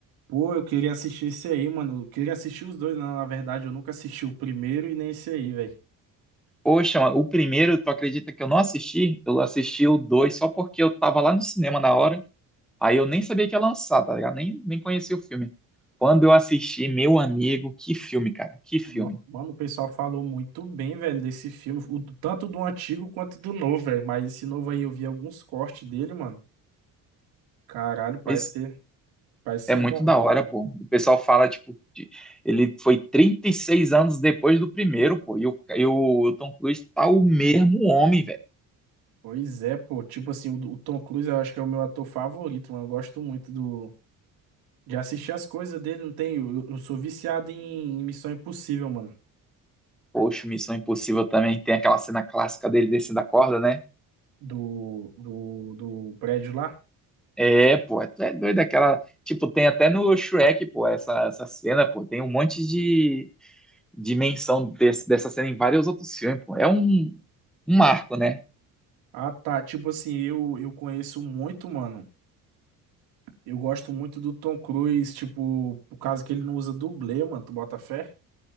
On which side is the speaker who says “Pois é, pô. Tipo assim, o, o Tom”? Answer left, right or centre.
Right